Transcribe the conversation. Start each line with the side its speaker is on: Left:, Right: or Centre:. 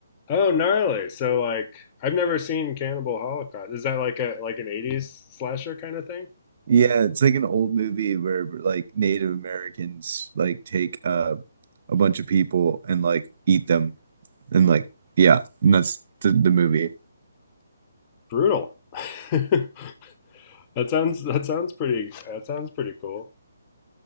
Left: oh, gnarly. So like I've never seen Cannibal Holocaust. Is that like a like an '80s slasher kind of thing?
Right: Yeah, it's like an old movie where like Native Americans like take uh, a bunch of people and like eat them and like yeah, and that's the, the movie.
Left: Brutal. <laughs> that sounds that sounds pretty that sounds pretty cool.